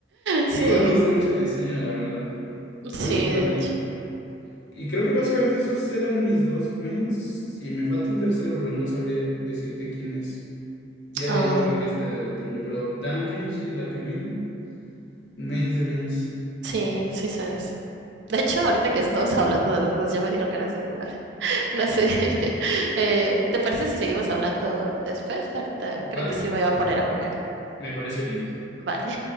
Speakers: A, on the right; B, on the left.
A: Sí,
B: Igual me gusta mucho el diseño, la verdad. Soy
A: sí,
B: muy fan
A: de
B: del...
A: hecho.
B: Y creo que básicamente esos eran mis dos mains. Y me falta un tercero, pero no sabría decirte quién es. Ya
A: Ah,
B: de ahí yo creo que este debatible. Pero Dan Kenshi y la Camille, mains de mains.
A: sí, sí, sabes. De hecho, ahorita que estamos hablando de los juegos, ya me dieron ganas de jugar. No sé. <laughs> Eh, ¿te parece si seguimos hablando después? Ahorita
B: Vale,
A: creo que sí me voy a poner a jugar.
B: me parece bien.
A: Vale.